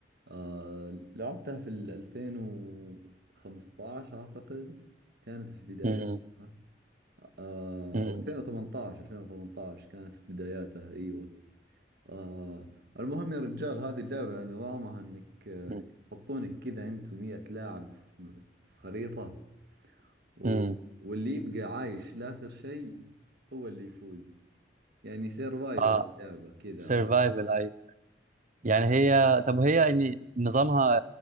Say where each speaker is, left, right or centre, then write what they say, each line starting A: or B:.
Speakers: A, on the right; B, on the right.
A: آه لعبتها في ال 2015 أعتقد كانت في بداياتها
B: امم
A: آه
B: امم
A: أو 2018 2018 كانت في بداياتها أيوة آه المهم يا رجال هذه اللعبة نظامها إنك آه،
B: امم
A: يحطونك كذا أنت ومية لاعب في في خريطة و...
B: أمم.
A: واللي يبقى عايش لآخر شيء هو اللي يفوز يعني سيرفايفل
B: اه
A: اللعبة كذا
B: سيرفايفل ايوه يعني هي طب هي ان نظامها